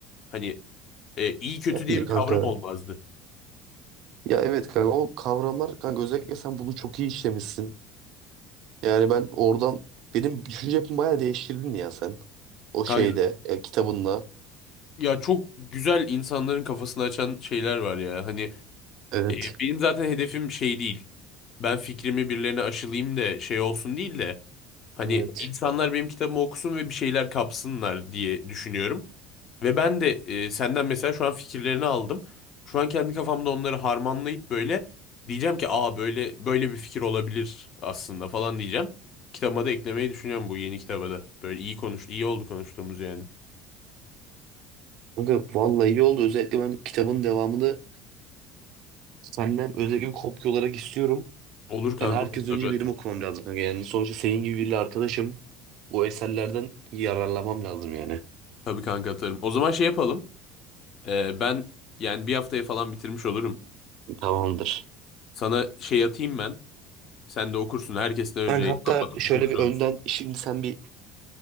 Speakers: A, on the left; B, on the right.
A: Hani e, iyi kötü
B: Yani
A: diye bir
B: kanka
A: kavram olmazdı.
B: ya evet kanka o kavramlar kanka özellikle sen bunu çok iyi işlemişsin. Yani ben oradan benim düşünce yapımı bayağı değiştirdin ya sen o
A: Kanka,
B: şeyde e, kitabınla.
A: ya çok güzel insanların kafasını açan şeyler var ya. Hani
B: Evet.
A: E, Benim zaten hedefim şey değil. Ben fikrimi birilerine aşılayayım da şey olsun değil de hani
B: Evet.
A: insanlar benim kitabımı okusun ve bir şeyler kapsınlar diye düşünüyorum. Ve ben de e, senden mesela şu an fikirlerini aldım. Şu an kendi kafamda onları harmanlayıp böyle diyeceğim ki aa böyle böyle bir fikir olabilir aslında falan diyeceğim. Kitabıma da eklemeyi düşünüyorum bu yeni kitaba da. Böyle iyi konuş, iyi oldu konuştuğumuz yani.
B: Kanka vallahi iyi oldu. Özellikle ben kitabın devamını senden özellikle bir kopya olarak istiyorum.
A: Olur kanka
B: Yani herkes
A: olur. tabii,
B: önce benim okumam lazım. kanka. Yani sonuçta senin gibi biriyle arkadaşım. Bu eserlerden yararlanmam lazım yani.
A: tabii kanka atarım. O zaman şey yapalım. E, ben yani bir haftaya falan bitirmiş olurum.
B: Tamamdır.
A: Sana şey atayım ben. Sen de okursun. Herkesten önce
B: Kanka
A: yayınlanmadan
B: hatta şöyle
A: okursun.
B: bir önden şimdi sen bir